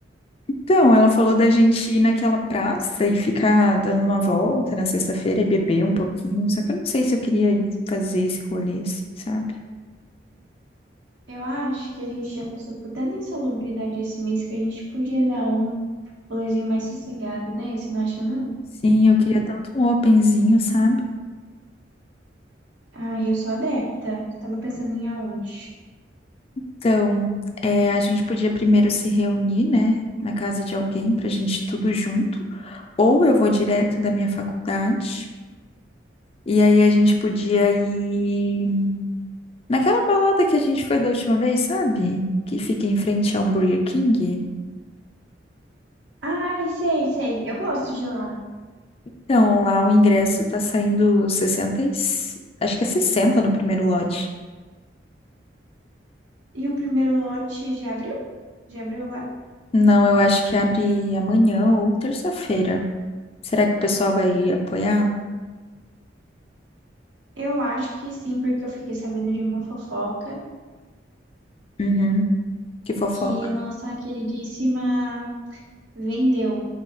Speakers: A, on the left (about 30°); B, on the right (about 80°).
A: Então, ela falou da gente ir naquela praça e ficar dando uma volta na sexta-feira e beber um pouquinho. Só que eu não sei se eu queria ir fazer esse rolê, assim, sabe?
B: Eu acho que a gente já passou por tanta insalubridade esse mês que a gente podia dar um rolezinho mais sossegado, né? Você não acha, não?
A: Sim, eu queria tanto um openzinho, sabe?
B: Ai, eu sou adepta. Tava pensando em aonde.
A: Então, é, a gente podia primeiro se reunir, né, na casa de alguém pra gente ir tudo junto. Ou eu vou direto da minha faculdade. E aí a gente podia ir. Naquela balada que a gente foi da última vez, sabe? Que fica em frente ao Burger King.
B: Ai, sei, sei. Eu gosto de lá.
A: Então, lá o ingresso tá saindo 60 e... s- Acho que é 60 no primeiro lote.
B: E o primeiro lote já abriu? Já abriu agora?
A: Não, eu acho que abre amanhã ou terça-feira. Será que o pessoal vai apoiar?
B: Eu acho que sim, porque eu fiquei sabendo de uma fofoca
A: Uhum, que fofoca.
B: que a nossa queridíssima Vendeu.